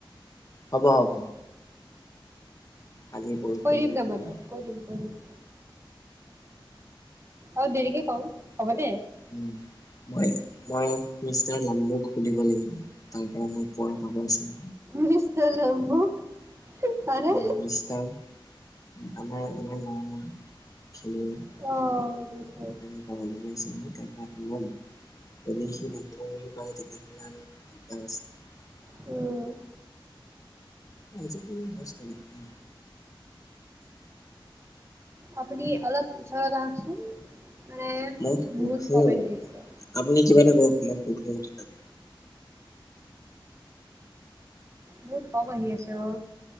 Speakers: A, on the left; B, on the right.
A: হ'ব হ'ব। কালি পৰহি
B: কৈ দিম
A: মানে কৰিম
B: বাৰু তাতে, কৈ দিম কৈ দিম। অ দেৰিকে কম, হ'ব দে।
A: উম মই মই মিষ্টাৰ লাম্বুক সুধিব লাগিব। তাৰ পৰা মই প‌ইছা পাব আছে।
B: মিষ্টাৰ লম্বু
A: উম।
B: হয়নে
A: মিষ্টাৰ আমাৰ আমাৰ এনেই <unintelligible> পাবলৈ <unintelligible>
B: অ'
A: পাম।
B: বুজিছো
A: যদি সি নহব বুলি কয় তেতিয়াহলে আৰু দিগদাৰ আছে।
B: উম।
A: আজিতো দছ তাৰিখ।
B: আপুনি অলপ ওচৰৰত আহকচোন। মানে
A: মই সোধো
B: বহুত কম
A: আৰু।
B: আহি আছে
A: আপুনি কিবা এটা কৰক, মই <unintelligible>
B: বহুত কম আহি আছে অ।